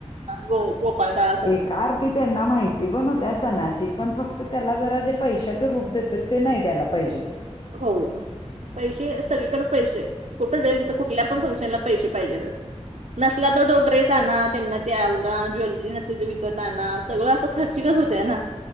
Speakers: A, on the right; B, on the left.
A: ग- पळ काय.
B: एका आरती त्यांना माहिती बण होत्या सणाची पण फक्त त्याला जरा जे पैशाचं रूप देते ते नाही द्यायला पाहिजे.
A: हो! पैसे सगळीकडे पैसे कुठं जाईल तर कुठल्या पण फंक्शनला पैसे पाहिजेतच. नसला तर तो ड्रेस आणा त्यांना ते आवरा ज्वेलरी नसली तर विकत आणा सगळं असं खर्च खर्चिक होत ना